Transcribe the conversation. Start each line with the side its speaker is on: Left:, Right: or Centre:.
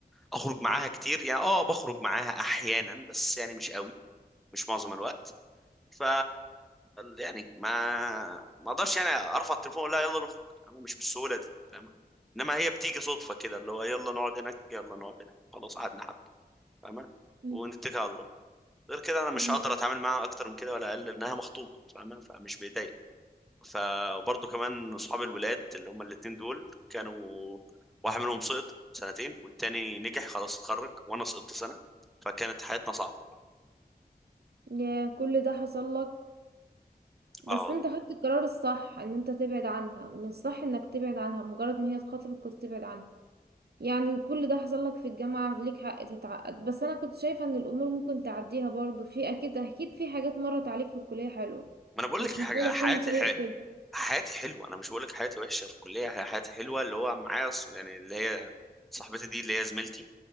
Centre: اخرج معاها كتير يعني اه بخرج معاها احيانا بس يعني مش قوي مش معظم الوقت ف يعني ما ما اقدرش يعني ارفع التليفون ولا يلا نخرج انا مش بالسهوله دي فاهمه انما هي بتيجي صدفه كده اللي هو يلا نقعد هناك يلا نقعد هناك خلاص قعدنا حبه فاهمه
Right: مم.
Centre: ونتكل على الله غير كده انا مش
Right: مم.
Centre: هقدر اتعامل معاها اكتر من كده ولا اقل لانها مخطوبه فاهمه فمش بايديا فبرضه كمان اصحاب الولاد اللي هم الاتنين دول كانوا واحد منهم سقط سنتين والتاني نجح خلاص اتخرج وانا سقطت سنه فكانت حياتنا صعبه
Right: يا كل ده حصل لك بس
Centre: اه والله
Right: انت خدت القرار الصح ان انت تبعد عنها من الصح انك تبعد عنها مجرد ما هي تخاطبك كنت تبعد عنها يعني كل ده حصل لك في الجامعة ليك حق تتعقد بس أنا كنت شايفة إن الأمور ممكن تعديها برضو في أكيد أكيد في حاجات مرت عليك في الكلية حلوة
Centre: ما انا بقول
Right: مش
Centre: لك حاجه
Right: معقولة
Centre: حياتي
Right: كله سيء كده
Centre: حياتي حلوه انا مش بقول لك حياتي وحشه في الكليه هي حياتي حلوه اللي هو معايا ص- يعني اللي هي صاحبتي دي اللي هي زميلتي